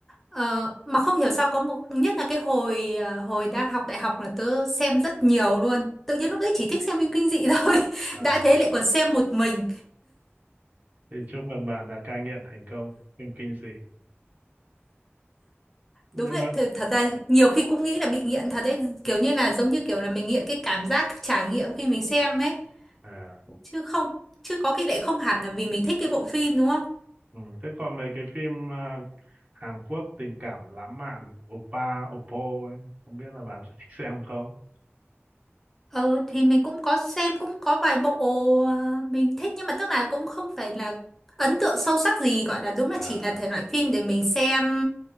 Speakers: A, in the centre; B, on the right.
A: ờ, mà không hiểu sao có một nhất là cái hồi ờ, hồi đang học đại học là tớ xem rất nhiều luôn tự nhiên lúc đấy chỉ thích xem phim kinh dị thôi <laughs>
B: à,
A: đã thế lại còn xem một mình
B: thì chúc mừng bạn đã cai nghiện thành công phim kinh dị nhưng
A: đúng vậy
B: mà
A: th thật ra nhiều khi cũng nghĩ là bị nghiện thật đấy kiểu như là giống như kiểu là mình nghiện cái cảm giác trải nghiệm khi mình xem ấy
B: à,
A: chứ không chứ có khi lại không hẳn là vì mình thích cái bộ phim đúng không
B: ừ, thế còn mấy cái phim à, Hàn Quốc tình cảm lãng mạn Oppa Oppo ấy, không biết là bạn có thích xem không
A: Ờ thì mình cũng có xem cũng có vài bộ ờ, mình thích nhưng mà tức là cũng không phải là ấn tượng sâu sắc gì gọi là đúng là
B: à,
A: chỉ là thể loại phim để mình xem